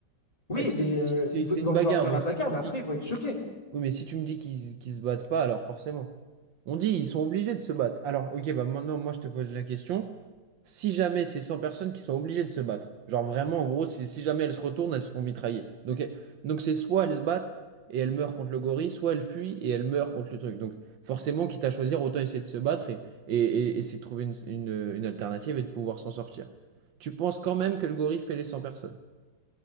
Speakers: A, on the left (about 20°); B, on the right (about 85°).
A: Oui,
B: Bah, si,
A: mais
B: si,
A: euh,
B: c'est
A: ils
B: c'est
A: vont ils
B: une
A: vont
B: bagarre.
A: vouloir faire
B: Donc,
A: la bagarre,
B: si tu
A: mais
B: me
A: après,
B: dis. qu'-
A: ils vont être choqués.
B: Oui, mais si tu me dis qu'ils qu'ils se battent pas, alors forcément. On dit ils sont obligés de se battre. Alors, ok, bah maintenant, moi, je te pose la question. Si jamais c'est 100 personnes qui sont obligées de se battre, genre vraiment, en gros, si, si jamais elles se retournent, elles se font mitrailler. Donc, eh, donc c'est soit elles se battent et elles meurent contre le gorille, soit elles fuient et elles meurent contre le truc. Donc, forcément, quitte à choisir, autant essayer de se battre et, et, et essayer de trouver une, une, une alternative et de pouvoir s'en sortir. Tu penses quand même que le gorille fait les cent personnes?